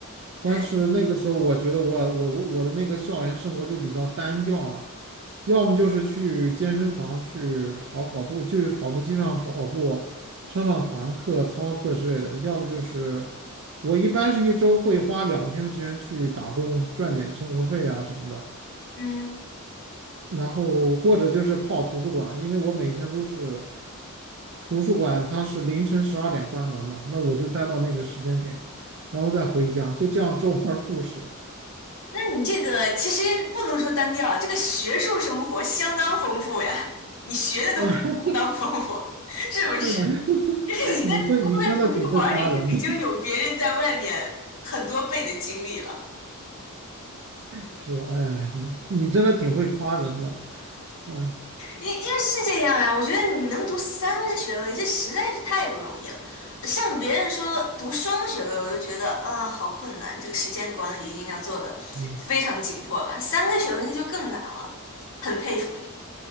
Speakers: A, on the right; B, on the left.
A: 但是那个时候我觉得我我我的那个校园生活就比较单调了，
B: 对，
A: 要么就是去健身房去跑跑步，去跑步机上跑跑步，上上团课、操课之类的，要么就是我一般是一周会花两天的时间去打工，赚点生活费啊什么的。
B: 嗯，
A: 然后或者就是泡图书馆，因为我每天都是图书馆，它是凌晨十二点关门嘛，那我就待到那个时间点，然后再回家，就这样周而复始
B: 那你这个其实不能说单调，这个学术生活相当丰富呀，你学的东西相当丰富，
A: <laughs>。哎呀
B: 是不是？
A: 对啊，<laughs>
B: 就是你在光在图书馆里就已经有别人在外面很多倍的经历了。
A: 你会，你真的挺会夸人的，是，哎呀你你真的挺会夸人的，哎，
B: 因因为是这样呀，我觉得你能读三个学位，这实在是太不容易了。呃像别人说读双学位，我就觉得啊，好困难，这个时间管理一定要做的非常紧迫吧。
A: 嗯
B: 三个学位那就更难了，很佩服你。